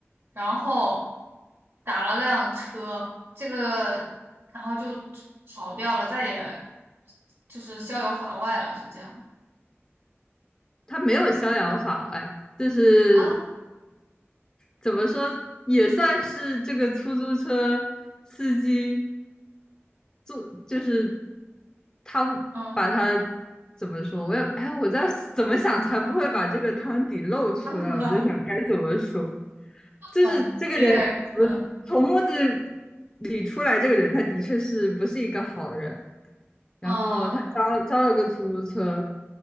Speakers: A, on the right (about 55°); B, on the left (about 15°).
A: 然后打了辆车，这个然后就跑掉了，再也就是逍遥法外了，是这样
B: 他没有逍遥法外，就是
A: 啊？
B: 怎么说，也算是这个出租车司机做，就是他把他
A: 嗯
B: 怎么说，我也哎，我在怎么想才不会把这个汤底露出来，
A: 嗯。<laughs>
B: 我在想该怎么说，就是这个人，
A: 嗯，给点儿嗯，
B: 从木子里出来这个人，他的确是不是一个好人。然后他招招了个出租车，
A: 啊，